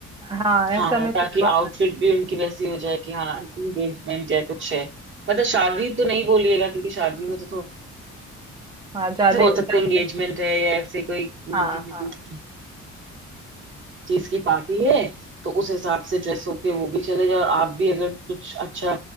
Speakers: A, on the right; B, on the right.
A: हाँ
B: हाँ
A: ऐसा मैं कुछ
B: ताकि
A: बहाने
B: आउटफिट भी उनकी वैसी हो जाए कि हाँ एंगेजमेंट या कुछ है मतलब शादी तो नहीं बोलिएगा क्योंकि शादी में तो थोड़ा
A: हाँ ज्यादा
B: ऐसे बोल सकते
A: ज्यादा
B: हैं एंगेजमेंट है या ऐसे कोई अम,
A: हाँ
B: किसी
A: हाँ
B: चीज चीज की पार्टी है तो उस हिसाब से ड्रेस होके वो भी चले जाए और आप भी अगर कुछ अच्छा